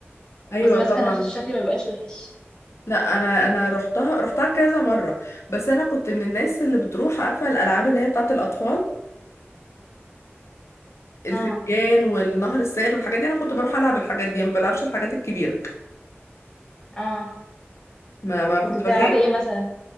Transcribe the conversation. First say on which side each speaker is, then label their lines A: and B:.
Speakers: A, on the left; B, on the left.
A: ايوه
B: بس ماسكة
A: طبعا
B: نفس الشكل ما بقاش وحش
A: لا انا انا رحتها رحتها كذا مرة بس انا كنت من الناس اللي بتروح عارفة الالعاب اللي هي بتاعة الاطفال الفنجان
B: اه
A: والنهر السائر والحاجات دي انا كنت بروح العب الحاجات دي ما بلعبش الحاجات الكبيرة
B: اه
A: ما ما
B: كنت
A: كنت
B: بتلعبي
A: بخاف
B: ايه مثلا